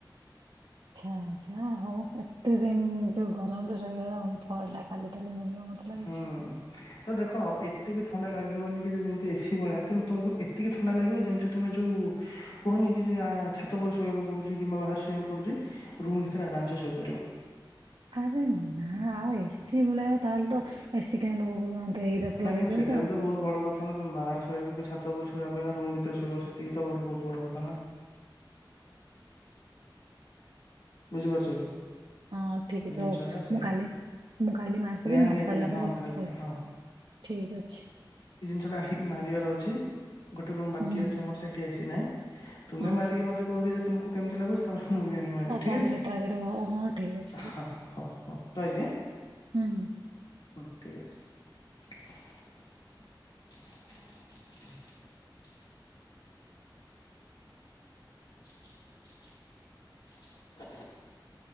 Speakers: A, on the right (about 80°); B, on the left (about 60°).
A: ଆଚ୍ଛା ଆଚ୍ଛା ହ ହଉ ଏତେ ଦିନ ଯୋଉ ଗରମରେ ରହିବାର ଫଳଟା କାଲି ତାହାଲେ ମିଳିବ।
B: ହୁଁ।
A: ମତେ ଲାଗୁଛି।
B: ତ ଦେଖ ଏତେ ବି ଥଣ୍ଡା ଲାଗିବନି କି ଯେ ଯେମିତି ଏସି ଭଳିଆ କିନ୍ତୁ ତୁମକୁ ଏତିକି ଥଣ୍ଡା ଲାଗିବ ଯେମିତି ତୁମେ ଯୋଉ କୁହନି କି ଯେ ଆ ଛାତ ଉପରେ ଶୋଇବାକୁ ପଡୁଛି କିମ୍ବା ବାହାରେ ଶୋଇବାକୁ ପଡୁଛି ରୁମ୍ ଭିତରେ ଆରାମସେ ଶୋଇପାରିବ।
A: ଆରେ ନା ଆଉ ଏସିି ଭଳିଆ ଆଉ ତାହେଲେ ତ ଏସି କାହିଁ ଲଗଉ <unintelligible> ଏଇରା ତ
B: ନା
A: ଲଗେଇ
B: କିନ୍ତୁ
A: ଦିଅନ୍ତ।
B: ସେଟା ବି ତ ବହୁତ ବଡ କଥା ନା ତମେ ବାହାରେ ଶୋଇବାକୁ କି ଛାତ ଉପରେ ଶୋଇବା ଅପେକ୍ଷା ରୁମ ଭିତରେ ଶୋଇବା ସେତିକି ତ ବଡ ବହୁତ ବଡ କଥା ନା। ବୁଝିପାରୁଛ
A: ହଉ
B: କି?
A: ହଁ ଠିକ
B: ଏ
A: ଅଛି
B: ଜିନିଷ
A: ହଉ
B: ହେଲା ସେଇଆ
A: ମୁଁ କାଲି ମୁଁ କାଲି ମାରିସାରେ
B: ନିହାତି
A: ମାରିସାରିଲା
B: ନିହାତି ନିହା
A: ପରେ
B: ହଁ କାଲିକା
A: କହିବି
B: ହଁ
A: ହଉ ଠିକ ଅଛି।
B: ସେଟା ହେଇ ମାରିବାର ଅଛି। ଗୋଟେ ରୁମ୍ ବାକି
A: ହୁଁ।
B: ଅଛି ଆମର ସେଠି ଏସି ନାହିଁ। ତୁମେ
A: ଆଚ୍ଛା
B: ମାରିକି
A: ଆଚ୍ଛା
B: ମତେ କୁହ କି ଯେ ତୁମକୁ କେମତି ଲାଗୁଛି ତମର ମୁଁ ବି ଆଣିକି ମାରିବି।
A: ଆଉ
B: ଠିକ୍
A: ତାପରେ
B: ଅଛି
A: ଟ୍ରାକରେ ହଁ ହଁ ଠିକ୍ ଅଛି ଠିକ୍
B: ହଁ
A: ଅଛି।
B: ହଉ ହଉ ରହିଲି ଆଁ।
A: ହୁଁ ହୁଁ।
B: ହୁଁ ଠିକ ଅଛି। <inaudible> <inaudible> <inaudible>